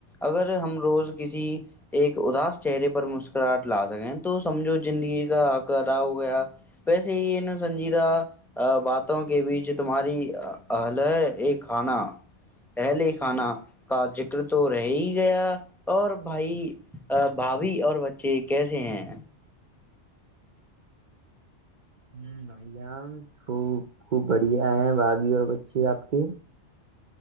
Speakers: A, in the centre; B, on the right.
A: اگر ہم روز کسی ایک اداس چہرے پر مسکراہٹ لا سکیں تو سمجھو زندگی کا حق ادا ہو گیا ویسے ہی ہے سنجی د ا باتوں کے بیچ تمہاری حل ہے ایک کھانا اہلے خانہ کا ذکر تو رہ ہی گیا اور بھائی بھابھی اور بچے کیسے ہیں
B: ہ بھائییاام خوب خوب بڑھیا ہیں بھاابھی اور بچے آپ کے